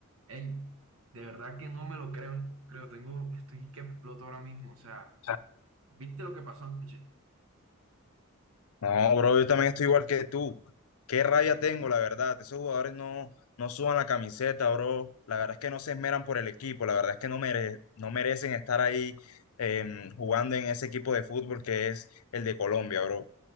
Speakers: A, on the right (about 75°); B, on the left (about 80°).
A: Ey, de verdad que no me lo creo, no lo creo, tengo, estoy que exploto ahora mismo, o sea,
B: sea,
A: ¿viste lo que pasó anoche?
B: No, bro, yo también estoy igual que tú. Qué rabia tengo, la verdad. Esos jugadores no, no suban la camiseta, bro. La verdad es que no se esmeran por el equipo. La verdad es que no, mere- no merecen estar ahí em, jugando en ese equipo de fútbol que es el de Colombia, bro.